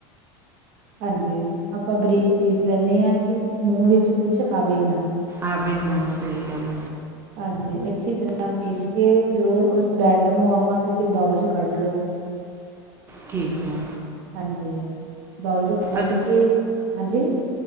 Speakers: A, on the right; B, on the right.
A: ਹਾਂਜੀ, ਆਪਾਂ ਬਰੀਕ ਪੀਸ ਲੈਂਦੇ ਹਾਂ, ਕਿ ਮੂੰਹ ਵਿੱਚ ਕੁਛ ਆਵੇ ਨਾ
B: ਆਵੇ ਨਾ, ਸਹੀ ਗੱਲ
A: ਹਾਂਜੀ, ਅੱਛੀ ਤਰ੍ਹਾਂ ਨਾਲ ਪੀਸ ਕੇ, ਫਿਰ ਉਹ ਉਸ ਬੈਟਰ ਨੂੰ ਆਪਾਂ ਕਿਸੇ ਬਾਉਲ 'ਚ ਕੱਢ ਲੋ
B: ਠੀਕ ਹੈ
A: ਹਾਂਜੀ, ਬਾਉਲ 'ਚ ਕੱਢ
B: ਅੱ-
A: ਕੇ, ਹਾਂਜੀ